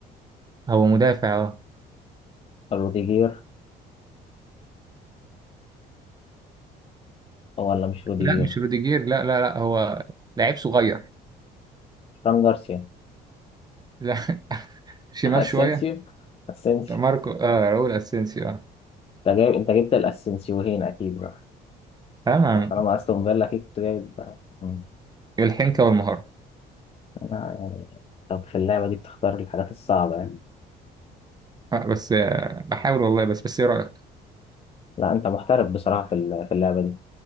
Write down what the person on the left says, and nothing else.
روديجير أو ولا مش روديجير
فران جارسيا
<laughs> اسينسيو
اسينسيو
انت جايب انت جبت الاسينسيوهين اكيد بقى
طالما استون فيلا اكيد كنت جايب بقى. مم.
لا يعني طب في اللعبه دي بتختار الحاجات الصعبه يعني
لا انت محترف بصراحه في ال- في اللعبه دي